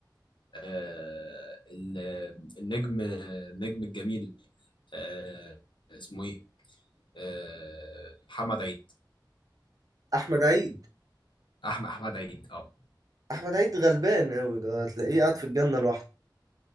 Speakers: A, on the left; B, on the right.
A: آه، ال- النجم النجم الجميل آه، اسمه ايه آه، محمد عيد
B: احمد عيد
A: احمد احمد عيد اه
B: احمد عيد غلبان قوي ده هتلاقيه قاعد في الجنة لوحده